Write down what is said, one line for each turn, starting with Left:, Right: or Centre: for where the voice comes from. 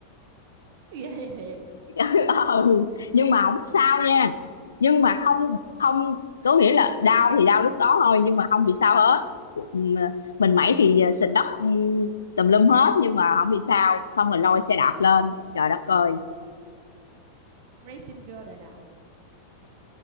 Right: ghê thiệt
Left: <laughs> ừ nhưng mà không sao nha nhưng mà không không có nghĩa là đau thì đau lúc đó thôi nhưng mà không bị sao hết Ừm, mình mẩy thì sình đất ừm, tùm lum hết nhưng mà không bị sao xong rồi lôi xe đạp lên trời đất ơi
Right: Racing Girl đời đầu